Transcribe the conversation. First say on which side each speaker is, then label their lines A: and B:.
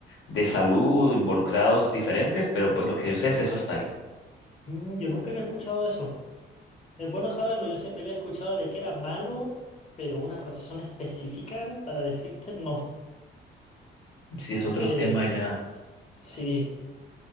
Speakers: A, on the left; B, on the left.
A: de salud involucrados diferentes, pero pues lo que yo sé es eso está ahí.
B: Mm, yo nunca había escuchado eso. Es bueno saberlo, yo siempre había escuchado de que era malo, pero una razón específica para decirte no.
A: Si
B: Así
A: es otro
B: que
A: tema ya.
B: s- sí,